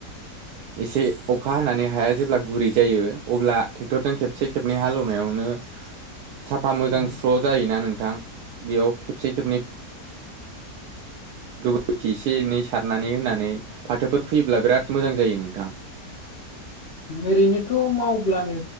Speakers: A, on the right; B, on the left.
A: एसे अखा हानानै हाया जेब्ला गुरै जायो अब्ला ट्रेक्टरजों खेबसे खेबनै हालेवनायावनो साफा मोजां
B: उम
A: स्र' जायोना नोंथां बेयाव खेबसे खेबनै गोबोरखि एसे एनै सारनानै होनानै फाथोफोर खुयोब्ला बिराद मोजां जायो नोंथां।
B: ओरैनोथ' मावब्लानो